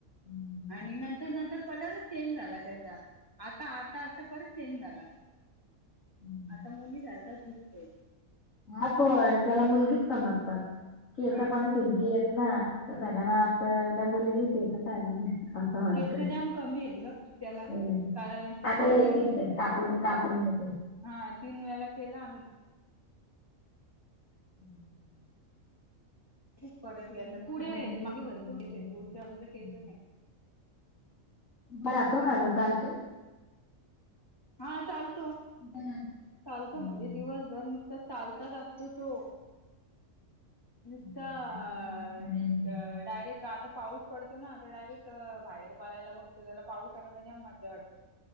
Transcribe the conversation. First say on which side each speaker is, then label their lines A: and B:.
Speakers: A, on the left (about 70°); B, on the left (about 15°).
A: हम्म
B: आणि नंतर नंतर कलरच चेंज झाला त्याचा आता आता आता परत चेंज झाला.
A: हम्म
B: आता मुली सारखाच दिसतोय.
A: हा पण त्याला मुलगीच समजतात केस
B: हा
A: पण सिल्की येत ना. त सगळ्यांना वाटतं आता मुलीच ये की काय म्हणून असं वाटत
B: केस जाम कमी आहेत ग त्याला
A: <inaudible>
B: कारण
A: अगं
B: आता तीन
A: येतील ते कापून कापून येतील.
B: हा तीन वेला केला आम्ही
A: <inaudible>
B: खूप परत येतात
A: तुझा
B: पुढे
A: आवाज
B: आहेत
A: ब्रेक
B: मागे
A: होतोय
B: भरपूर
A: मध्ये
B: केस येत
A: मध्ये
B: पुढच्या बाजूला
A: हम्म.
B: केस नाय.
A: उभा राहतो कायं
B: आला
A: गं
B: ना
A: चालतो.
B: हा चालतो.
A: उभा राहतो.
B: चालतो
A: हम्म
B: म्हणजे दिवसभर नुसता चालताच असतो तो. नुसता
A: हम्म,
B: अ
A: लक्ष ठेव पडेल वगैरे.
B: अ डायरेक्ट आता पाऊस पडतो ना ते डायरेक्ट बाहेर पलायला बघतो त्याला पाऊस आला का जाम मज्जा वाटते.